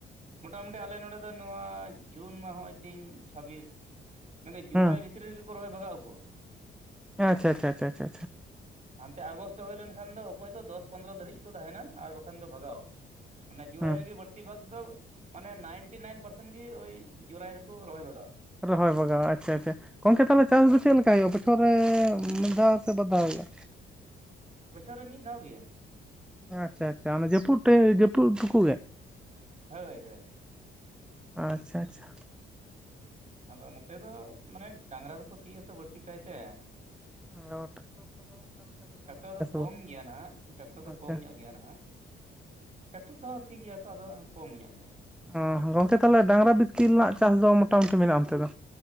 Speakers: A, on the right; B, in the centre.
A: ᱢᱚᱴᱟᱢᱩᱴᱤ ᱟᱞᱮ ᱱᱚᱰᱮ ᱫᱚ ᱱᱚᱣᱟ ᱡᱩᱱ ᱢᱟ ᱦᱚᱜ-ᱚᱭ ᱛᱤᱧ ᱪᱷᱟᱵᱤᱥ ᱢᱟᱱᱮ ᱡᱩᱞᱟᱭ
B: ᱦᱩᱸ
A: ᱵᱷᱤᱛᱨᱤ ᱨᱮᱜᱮ ᱠᱚ ᱨᱚᱦᱚᱭ ᱵᱟᱜᱟᱜ ᱟᱠᱚ
B: ᱟᱪᱪᱷᱟ ᱪᱷᱟ ᱪᱷᱟ ᱪᱷᱟ
A: ᱦᱟᱱᱛᱮ ᱟᱜᱚᱥᱴ ᱦᱳᱭ ᱞᱮᱱᱠᱷᱟᱱ ᱫᱚ ᱚᱠᱚᱭ ᱫᱚᱥ ᱯᱚᱱᱨᱚ ᱫᱷᱟᱨᱤᱡ ᱠᱚ ᱛᱟᱦᱮᱱᱟ ᱟᱨ ᱵᱟᱠᱷᱟᱱ ᱫᱚ ᱵᱷᱟᱜᱟᱣ ᱢᱟᱱᱮ ᱡᱩᱞᱟᱭ
B: ᱦᱩᱸ
A: ᱨᱮᱜᱮ ᱵᱟᱹᱲᱛᱤ ᱵᱷᱟᱜᱽ ᱫᱚ ᱢᱟᱱᱮ ᱱᱟᱭᱤᱱᱴᱤ ᱱᱟᱭᱤᱱ ᱯᱟᱨᱥᱮᱱ ᱜᱮ ᱳᱭ ᱡᱩᱞᱟᱭ ᱨᱮᱠᱚ ᱨᱚᱦᱚᱭ ᱵᱟᱜᱟᱣᱟ
B: ᱨᱚᱦᱚᱭ ᱵᱟᱜᱟᱣᱟ ᱟᱪᱪᱷᱟ ᱟᱪᱪᱷᱟ ᱜᱚᱝᱠᱮ ᱛᱟᱦᱚᱞᱮ ᱪᱟᱥ ᱫᱚ ᱪᱮᱫ ᱞᱮᱠᱟ ᱦᱳᱭᱳᱜᱼᱟ ᱵᱚᱪᱷᱚᱨ ᱨᱮ ᱢᱤᱫᱷᱟᱣ ᱥᱮ ᱵᱟᱫᱷᱟᱣ ᱦᱳᱭᱳᱜᱼᱟ
A: ᱵᱚᱪᱷᱚᱨ ᱨᱮ ᱢᱤᱫ ᱫᱷᱟᱣ ᱜᱮ
B: ᱟᱪᱪᱷᱟ ᱟᱪᱪᱷᱟ ᱚᱱᱟ ᱡᱟᱹᱯᱩᱫ ᱨᱮ ᱡᱟᱹᱯᱩᱫ ᱴᱩᱠᱩ ᱜᱮ
A: ᱦᱳᱭ ᱦᱳᱭ
B: ᱟᱪᱪᱷᱟ ᱟᱪᱪᱷᱟ
A: ᱟᱫᱚ ᱱᱚᱛᱮ ᱫᱚ ᱢᱟᱱᱮ ᱰᱟᱝᱨᱟ ᱫᱚᱠᱚ ᱥᱤᱭᱟᱛᱚ ᱵᱟᱹᱲᱛᱤ ᱠᱟᱭᱛᱮ
B: ᱚ
A: ᱴᱨᱟᱠᱴᱚᱨ ᱫᱚ ᱠᱚᱢ
B: ᱵᱟᱝ?
A: ᱜᱮᱭᱟ ᱱᱟᱜ ᱴᱨᱟᱠᱴᱚᱨ ᱫᱚ
B: ᱟᱪᱪᱷᱟ
A: ᱠᱚᱢ ᱧᱚᱜ ᱜᱮᱭᱟ ᱱᱟᱦᱟᱜ ᱴᱨᱟᱠᱴᱟᱨ ᱛᱮᱦᱚᱸ ᱥᱤ ᱜᱮᱭᱟ ᱠᱚ ᱟᱫᱚ ᱠᱚᱢ ᱧᱚᱜ ᱜᱮ ᱦᱟᱸᱜ
B: ᱚ ᱜᱚᱝᱠᱮ ᱛᱟᱦᱚᱞᱮ ᱰᱟᱝᱨᱟ ᱵᱤᱛᱠᱤᱞ ᱨᱮᱱᱟᱜ ᱪᱟᱥ ᱫᱚ ᱢᱚᱴᱟᱢᱩᱴᱤ ᱢᱮᱱᱟᱜᱼᱟ ᱚᱱᱛᱮ ᱫᱚ